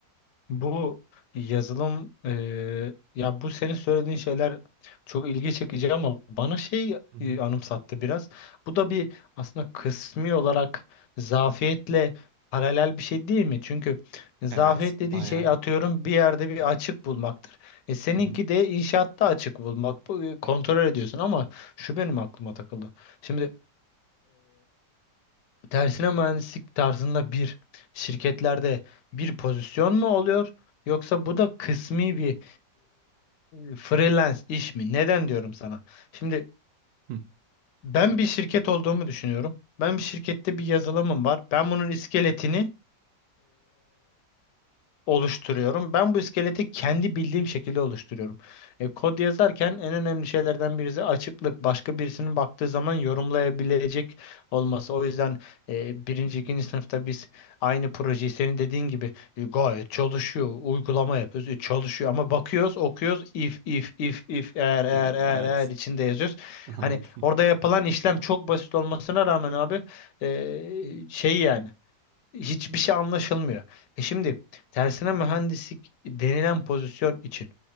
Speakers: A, on the left; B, on the right.
A: Bu yazılım eee, ya bu senin söylediğin şeyler çok ilgi çekici ama bana şey
B: Hı hı.
A: e, anımsattı biraz. Bu da bir aslında kısmi olarak zafiyetle paralel bir şey değil mi? Çünkü zafiyet
B: Evet,
A: dediğin
B: bayağı.
A: şey atıyorum bir yerde bir açık bulmaktır. E seninki
B: Hı hı.
A: de inşaatta açık bulmak. Bu, e, kontrol ediyorsun ama şu benim aklıma takıldı. Şimdi Tersine mühendislik tarzında bir şirketlerde bir pozisyon mu oluyor yoksa bu da kısmi bir e, freelance iş mi? Neden diyorum sana? Şimdi
B: Hı.
A: ben bir şirket olduğumu düşünüyorum. Ben bir şirkette bir yazılımım var. Ben bunun iskeletini oluşturuyorum. Ben bu iskeleti kendi bildiğim şekilde oluşturuyorum. E, kod yazarken en önemli şeylerden birisi açıklık. Başka birisinin baktığı zaman yorumlayabilecek olması. O yüzden e, birinci,
B: Hı
A: ikinci
B: hı.
A: sınıfta biz aynı projeyi senin dediğin gibi e, gayet çalışıyor, uygulama yapıyoruz, e, çalışıyor ama bakıyoruz, okuyoruz, if, if, if, if, eğer, eğer,
B: İyi,
A: eğer,
B: Evet,
A: eğer içinde yazıyoruz.
B: <laughs>
A: Hani
B: anladım.
A: orada yapılan işlem çok basit olmasına rağmen abi e, şey yani hiçbir şey anlaşılmıyor. E şimdi tersine mühendislik denilen pozisyon için